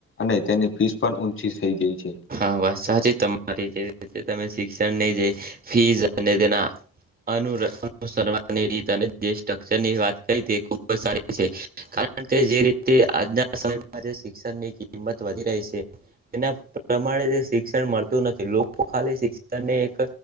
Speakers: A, on the left; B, on the right.
A: અને તેની ફીસ પણ ઊંચી થઈ ગઈ છે
B: હા વાત સાચી તમારી જેવી રીતે તમે શીખ શિક્ જે ફી અને તેનાસવાની રીત અને જે સ્ટ્રક્ચર ની વાત કરી તે ખુબ જ સારી કારણ કે જે રીતે આજના સમયમાં જે શિક્ષણની કિંમત વધી રહી છે તેના પ્રમાણે શિક્ષણ મળતું નથી લોકો ખાલી શિક્ષણને એક